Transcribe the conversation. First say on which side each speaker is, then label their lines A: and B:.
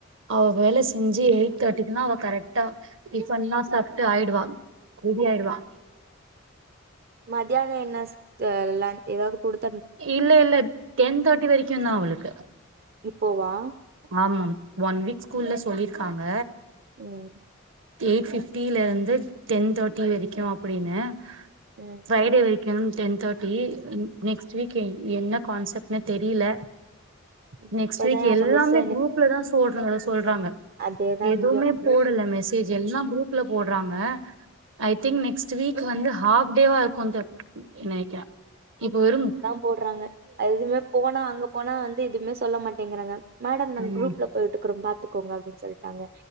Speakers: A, on the right (about 65°); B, on the right (about 50°).
A: அவ வேல செஞ்சு எயிட் தேட்டிக்னா அவ கரெக்ட்டா பண்ணா சாப்ட்டு ஆயிடுவா ரெடி ஆயிடுவா
B: மத்தியான என்ன தெர்ல ஏதாவது குடுத்
A: இல்ல இல்ல டென் தேட்டி வரைக்கு தா அவளுக்கு
B: இப்போவா
A: ஆமா ஒன் வீக் ஸ்கூல்ல சொல்லிருக்காங்க
B: ம்
A: எயிட் ஃபிப்டில இருந்து டென் தேட்டி வரைக்கு அப்புடினு
B: ம்
A: ஃப்ரைடே வர க்கு டென் தேர்டி நெக்ஸ்ட் ஸ்வீக்கே என்ன கான்செப்ட்னே தெரில
B: இப்பதா
A: நெக்ஸ்ட் வீக்
B: அவங்க
A: எல்லாமே
B: மிஸ் எனக்கு
A: குரூப்ல தா போட்ராங்க சொல்றாங்க
B: அதேதா
A: எதுவுமே
B: இங்கயு
A: போடல மிஸ் கே ஜி எல்லா குரூப்ல போட்றாங்க ஐ திங்க் நெக்ஸ்ட் வீக் வந்து ஹாஃப் டேவா இருக்குன்த நெனக்கிறே இப்ப வெறும்
B: போட்றாங்க அதுமே போனா அங்க போனா வந்து எதுமே சொல்ல மாட்டெங்கிறாங்க மேடம் நாங்க
A: ம்
B: குரூப்ல போயிட்டுக்கிறோ பாத்துக்கோங்க அப்டின் சொல்ட்டாங்க